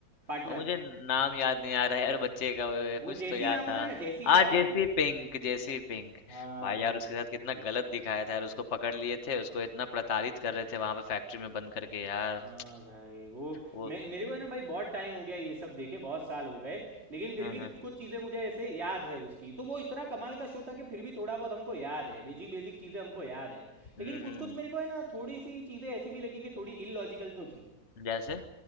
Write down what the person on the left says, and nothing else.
और मुझे नाम याद नहीं आ रहा है यार बच्चे का वो-
कुछ
तो याद
था
हाँ जेसी
पिंक जेसी पिंक
भाई
यार उसके साथ कितना गलत दिखाया था यार उसको पकड़ लिए थे उसको इतना प्रताड़ित कर रहे थे वहां पे फैक्ट्री में बंद करके यार
वो
हम्म
हम्म
हम्म
हम्म,
जैसे